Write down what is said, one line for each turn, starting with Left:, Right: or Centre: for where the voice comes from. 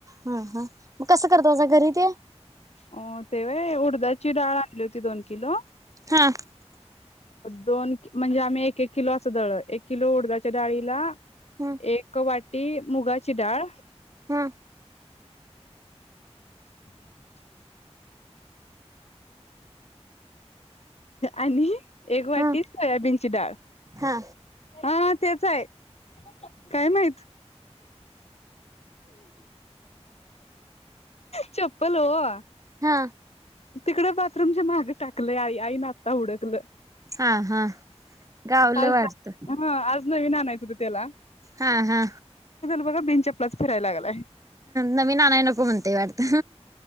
Right: हा हा मग कसं करत असा घरीच
Left: अ ते होय उडदाची डाळ आणली होती दोन किलो
Right: हा.
Left: दोन म्हणजे आम्ही एक एक किलो असं दळल एक किलो उडदाच्या डाळीला
Right: ह
Left: एक वाटी मुगाची डाळ
Right: ह
Left: <unintelligible> आणि एक वाटी
Right: ह
Left: सोयाबीनची डाळ.
Right: हा
Left: हा तेच आहे काय माहित? चप्पल हो.
Right: हा.
Left: तिकडे बाथरूमच्या माग टाकलंय आई आई न आता हुडकलं.
Right: हा हा गावलं
Left: आज
Right: वाटत
Left: हा आज नवीन आणायच होतं त्याला.
Right: हा हा.
Left: ब बि बस फिरायला लागलाय.
Right: नवीन आणाय नको म्हणतय वाटत